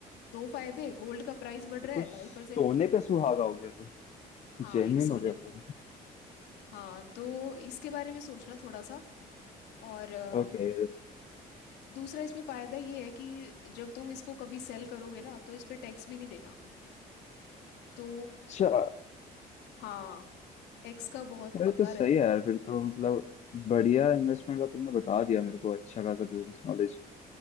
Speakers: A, on the left; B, on the left.
A: दो फायदे गोल्ड का प्राइस बढ़
B: ये
A: रहा
B: तो
A: है
B: सोने
A: ढाई परसेंट
B: पे सुहागा हो गया तो
A: हाँ
B: जेन्युइन
A: ये सोने
B: हो गया तो
A: हाँ तो इसके बारे में सोचना थोड़ा सा और अ,
B: ओके
A: दूसरा इस पे फायदा ये है कि जब तुम इसको कभी सेल करोगे ना तो इस पे टैक्स भी नहीं देना तो
B: अच्छा
A: हाँ टैक्स का बहुत
B: अरे
A: पंगा
B: तो सही
A: रहता
B: है यार
A: है
B: फिर तो मतलब बढ़िया इन्वेस्टमेंट का तुमने बता दिया मेरे को अच्छा खासा बिजनेस नॉलेज